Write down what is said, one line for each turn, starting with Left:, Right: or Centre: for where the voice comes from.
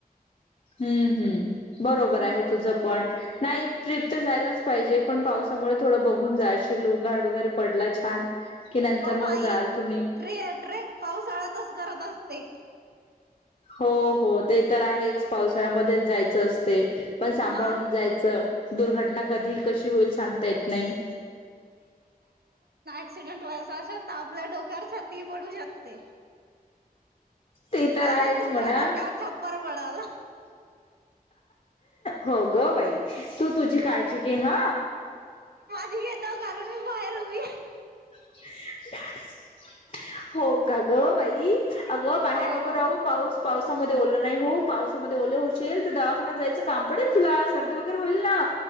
Left: हम्म हम्म बरोबर
Right: म
Left: आहे तुझं पण नाही ट्रीप तर जायलाच पाहिजे पण पावसामुळे थोडं बघून जाशील उगाड वगैरे पडला छान. की नंतर
Right: हो
Left: मग
Right: भाई
Left: जाल तुम्ही
Right: टे ट्रेक पाऊसाळ्यातच करत असते.
Left: हो हो ते तर आहेच पावसाळ्यामध्येच जायचं असते. पण सांभाळून
Right: मग
Left: जायचं दुर्घटना कधी कशी होईल सांगता येत नाही.
Right: क्सिडेंट व्हायचा असेल तर आपल्या डोक्यावर छात पडू शकते.
Left: ते तर
Right: पाझ
Left: आहेच
Right: तुमच्या
Left: म्हणा
Right: डोक्यावर छप्पर पडाल.
Left: हो ग बाई तू तुझी काळजी घे हा.
Right: घता कारण मी बाहेर उभी आहे.
Left: <unintelligible> हो का ग बाई अगं बाहेर
Right: हो
Left: नको राहू पाऊस पावसामध्ये ओलं नाही हो. पावसामध्ये ओले होशील, तर दवाखान्यात जा काम पडेल, तुला सर्दी वगैरे होईल ना.